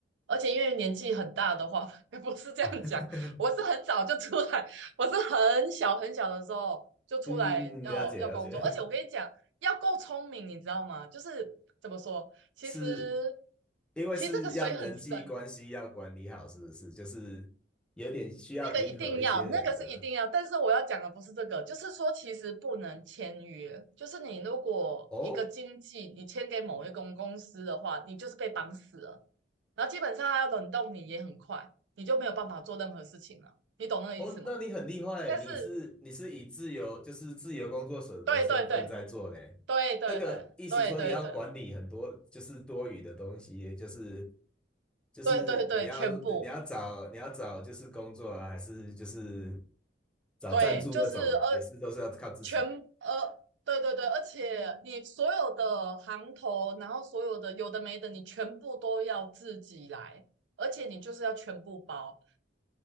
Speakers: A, on the right (about 80°); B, in the centre.
A: 而且因为年纪很大的话，<laughs> 不是这样讲，
B: <laughs>
A: 我是很早就出来，我是很小很小的时候就出来要要工作，
B: 嗯，了解了解，
A: 而且我跟你讲，要够聪明，你知道吗？就是怎么说，其实
B: 是因为是要人际关系要管理好，
A: 其实这个水很深
B: 是不是？就是有点需要迎合一些人的
A: 那个一定要，那个是一定要。但是我要讲的不是这个，就是说其实不能签约。就是你如果一个经纪你签给某一公公司的话，
B: 哦，
A: 你就是被绑死了。然后基本上他要冷冻你也很快，你就没有办法做任何事情了。你懂那个意思吗？
B: 哦，那你很厉害，
A: 但是
B: 你是你是以自由就是自由工作者的身份在做呢。
A: 对对对对对对对对对
B: 这个意思说你要管理很多就是多余的东西，就是就是你要你要找你要找就是工作啊，
A: 对对对对，全部
B: 还是就是找赞助那种，
A: 对，就是呃，
B: 也是都是要靠自己
A: 全呃，对对对，而且你所有的行头，然后所有的有的没的，你全部都要自己来，而且你就是要全部包。